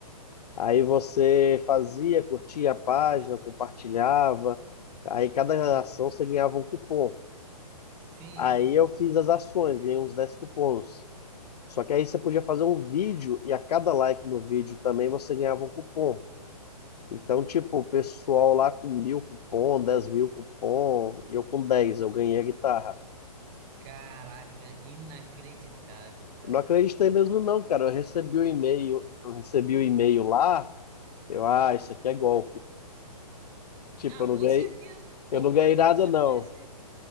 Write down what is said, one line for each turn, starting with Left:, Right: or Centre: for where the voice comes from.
Left: Aí você fazia, curtia a página, compartilhava. Aí cada
Right: Uhum.
Left: ação você ganhava um cupom.
Right: Sim,
Left: Aí
Right: sim.
Left: eu fiz as ações, ganhei uns 10 cupons. Só que aí você podia fazer um vídeo e a cada like no vídeo também você ganhava um cupom. Então, tipo, o pessoal lá com mil cupom, 10 mil cupom, e eu com 10 eu ganhei a guitarra.
Right: Caraca, inacreditável, cara.
Left: Não acreditei mesmo não, cara. Eu recebi o e-mail, eu recebi o e-mail lá, eu, ah, isso aqui é golpe. Tipo,
Right: Ah,
Left: eu não
Right: com
Left: ganhei,
Right: certeza. Como
Left: eu não ganhei
Right: não ia
Left: nada
Right: pensar
Left: não.
Right: que não ia ser?